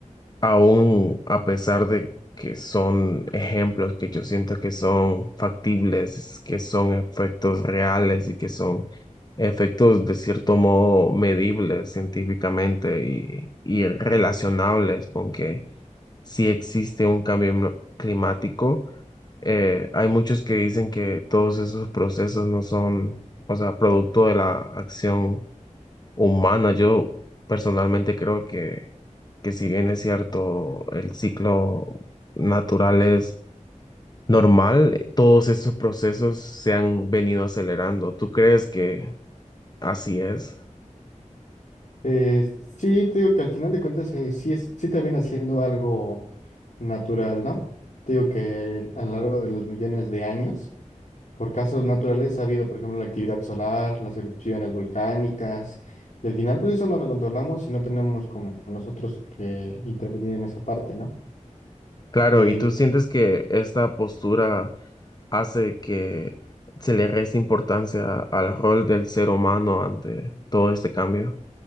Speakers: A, on the left; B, on the left.
A: aún a pesar de que son ejemplos que yo siento que son factibles, que son efectos reales y que son efectos de cierto modo medibles científicamente y, y relacionables con que si existe un cambio no- climático. eh, hay muchos que dicen que todos esos procesos no son, o sea, producto de la acción humana. Yo personalmente creo que, que si bien es cierto, el ciclo natural es normal, todos esos procesos se han venido acelerando. ¿Tú crees que así es?
B: Eh, sí, te digo que al final de cuentas eh, sí, es, sí termina siendo algo natural, ¿no? Te digo que a lo largo de los millones de años Por casos naturales ha habido, por ejemplo, la actividad solar, las erupciones volcánicas, y al final, pues eso no lo controlamos y no tenemos como nosotros que intervenir en esa parte, ¿no?
A: Claro,
B: Eh,
A: ¿y tú sientes que esta postura hace que se le reste importancia al rol del ser humano ante todo este cambio?